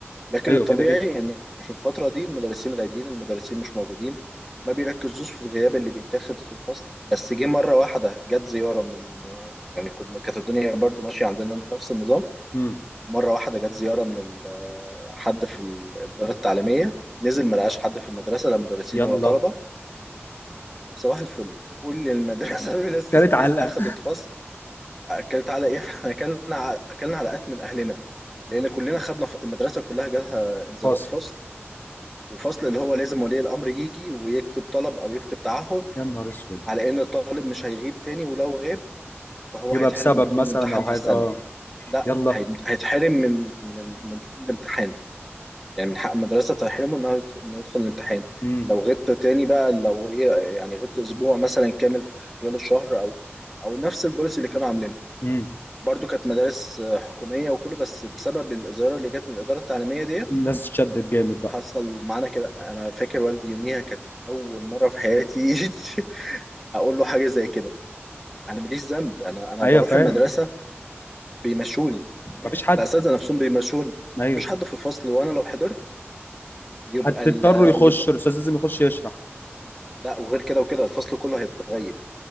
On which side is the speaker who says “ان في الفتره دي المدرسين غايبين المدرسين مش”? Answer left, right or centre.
Centre